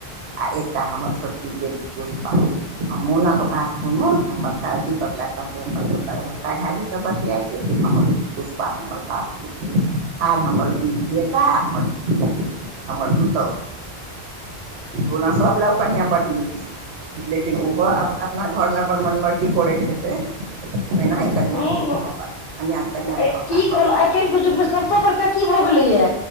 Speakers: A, on the right; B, on the left.
A: आ एकटा हमर छोटकी बेटी पुष्पा हम मोनक बात कोनो हम बड़का दीपक लए कहतै बड़का झाझी सब बतिया छै कि हमर पुष्पा हमर बात बुझ आर हमर ई बेटा आ हमर बेटी हमर पुतौहु ओना सब लए ओ कनिआँ बड्ड नीक छै लेकिन ओहो अब अपना घरमे अपन मन मर्जी करैत हेतै एनाही कनियाँके
B: हूं
A: पप्पा कनियाँ कनियाँके
B: अरे
A: पप्पा
B: की
A: कहथिन
B: <unintelligible> युग मे सबसे बड़का की भऽ गेलैया